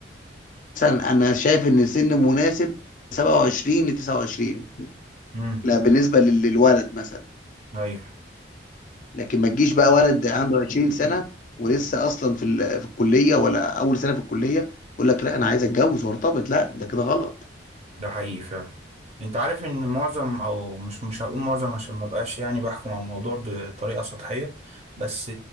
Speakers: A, on the left; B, on the right.
A: مثلا انا شايف ان سن مناسب 27 ل 29
B: امم
A: لا بالنسبة لل- للولد مثلا
B: ايوه
A: لكن ما تجيش بقى ولد عنده 20 سنة ولسه أصلا في ال- في الكلية ولا أول سنة في الكلية يقول لك لا أنا عايز أتجوز وأرتبط لا ده كده غلط
B: ده حقيقي فعلا انت عارف ان معظم او مش مش هقول معظم عشان ما بقاش يعني بحكم على الموضوع بطريقه سطحيه بس